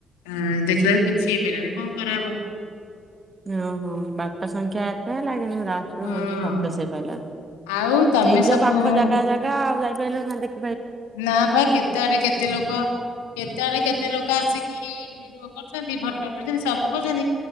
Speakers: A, on the left; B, on the right.
A: ହ ଦେଖିଲାକୁ କିଛି ହେଇପାରିଲାନି କଣ କରାହେବ।
B: ଓହୋ ବାଟ ସଂଖ୍ୟା ଏତେ ହେଲା ଲାଷ୍ଟ୍ରରେ
A: ହଁ।
B: ମଣିଷ ସକ୍ସେସ ହେଇପାରିଲାନି।
A: ଆଉ ତମେ
B: ନିଜ
A: ସବୁ
B: ପାଖ ଜାଗା ଜାଗା ଆଉ ଯାଇପାରିଲ ନା ଦେଖିତ୍
A: ନା ବା କେତେ ଆଡେ କେତେ ଲୋକ କେତେ ଆଡେ କେତେ ଏତେ ଲୋକ ଆସିକି ଭିଡିଓ କରୁଛନ୍ତି। ଫଟ ଉଠୋଉଛନ୍ତି ସବୁ କରୁଛନ୍ତି।